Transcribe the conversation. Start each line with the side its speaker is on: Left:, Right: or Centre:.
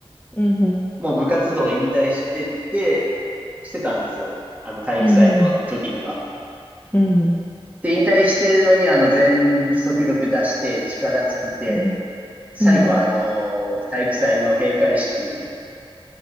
Left: うんうん。
Right: もう部活動引退してて、してたんですよ。あの、体育祭の時には。
Left: うんうんうん。うんうん。
Right: で、引退してるのに、あの、全速力出して、力尽きて、
Left: うんうん。
Right: 最後は、
Left: うんうん
Right: あの、体育祭の閉会式、